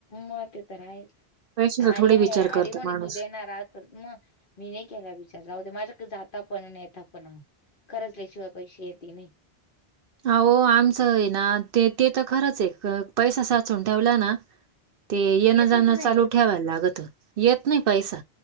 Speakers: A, on the left (about 55°); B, on the right (about 65°).
A: मग ते तर आहेच
B: पैशाचा
A: आर
B: थोडी
A: आहे
B: विचार
A: आर
B: करतो
A: म्हणे
B: माणूस.
A: तू देणार असल मग मी नाही केला विचारला होते माझ्याकडे जाता पण नेता पण ह खरंचल्याशिवाय पैसे येते नाही
B: अह आमचं आहे ना ते ते तर खरंच आहे पैसा साचून ठेवला ना ते येणं
A: येतच
B: जाणं चालू
A: नाही
B: ठेवायला लागत येत नाही पैसा